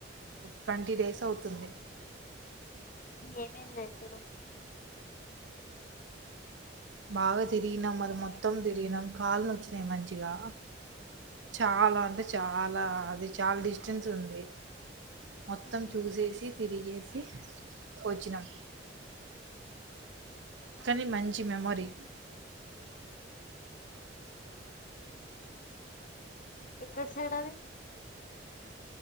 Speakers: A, on the right; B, on the left.
A: ట్వంటీ డేస్ అవుతుంది
B: ఏమేం చేశారు
A: బాగా తిరిగినం అది మొత్తం తిరిగినం కాళ్ళను వచ్చినాయి మంచిగా చాలా అంటే చాలా అది చాలా డిస్టెన్స్ ఉంది మొత్తం
B: ఉమ్,
A: చూసేసి తిరిగేసి వచ్చినాం కానీ మంచి మెమొరీ
B: ఇక్కడ సైడ్ది